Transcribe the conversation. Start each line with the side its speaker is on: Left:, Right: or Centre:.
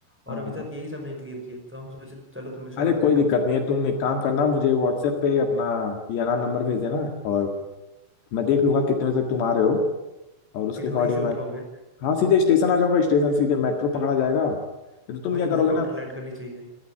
Centre: और
Left: हाँ
Centre: अभी तक यही सब नहीं क्लियर किए तो हम सोचे चलो तुम इससे
Left: अरे
Centre: बात
Left: कोई
Centre: कर लेते
Left: दिक्कत
Centre: हैं
Left: नहीं है तुम एक काम करना मुझे व्हाट्सएप पे अपना याना नंबर भेज देना और मैं देख लूंगा कितने बजे तक तुम आ रहे हो और उसके
Centre: सीधे
Left: अकॉर्डिंग
Centre: वहीं से उठाओगे
Left: मैं हाँ सीधे स्टेशन आ जाऊंगा स्टेशन सीधे मेट्रो पकड़ा
Centre: बिल्कुल
Left: जाएगा नहीं तो तुम
Centre: वहीं
Left: क्या करोगे
Centre: हेलीकॉप्टर
Left: ना
Centre: लैंड करनी चाहिए